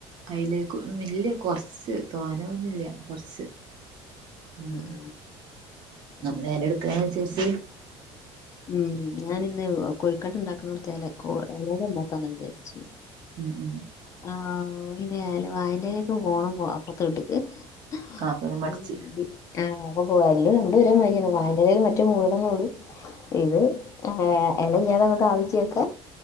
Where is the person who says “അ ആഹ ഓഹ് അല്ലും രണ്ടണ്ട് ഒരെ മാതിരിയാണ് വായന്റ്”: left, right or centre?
Left